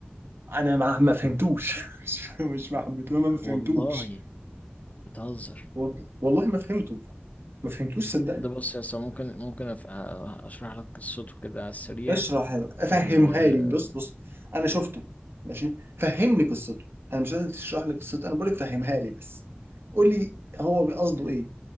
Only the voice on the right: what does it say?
أنا ما ما فهمتوش <laughs> مش مش ما حبيتهوش ما فهمتوش
وال- والله ما فهمته ما فهمتوش صدقني
اشرح
فهمها لي بص بص انا شفته ماشي فهمني قصته انا مش قادر تشرح لي قصته انا بقول لك فهمها لي بس قول لي هو قصده ايه